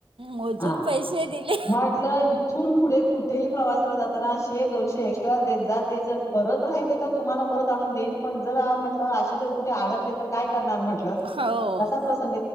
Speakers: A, on the right; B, on the left.
A: मोजून
B: हा
A: पैसे दिले.
B: म्हटलं इथून पुढे कुठे प्रवाला जाताना शे दोनशे एट्रा देत जा ते जर परत राहिले तर तुम्हाला परत आणून देइन, पण जर म्हटलं अशी जर कुठे अडकले तर काय करणार म्हट ल
A: हो.
B: कसा प्रसंग